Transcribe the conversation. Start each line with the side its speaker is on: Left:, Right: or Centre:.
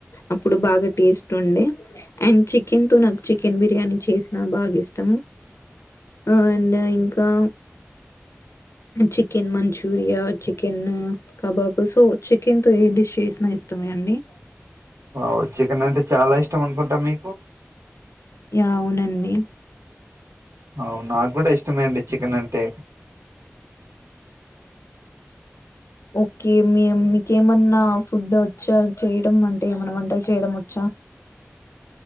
Left: అప్పుడు బాగా టేస్ట్ ఉండే అండ్ చికెన్ తో నాకు చికెన్ బిర్యానీ చేసినా బాగా ఇష్టం అండ్ ఇంకా chicken Manchuria chicken kebab so chicken తో ఏ డిష్ చేసినా ఇష్టమే అండి
Right: వావ్ చికెన్ అంటే చాలా ఇష్టం అనుకుంటా మీకు
Left: అవునండి
Right: అవు నాకు కూడా ఇష్టమే అండి చికెన్ అంటే
Left: ఓకే మీ మీకేమన్నా ఫుడ్ వచ్చా చేయడం అంటే ఏమన్నా వంటలు చేయడం వచ్చా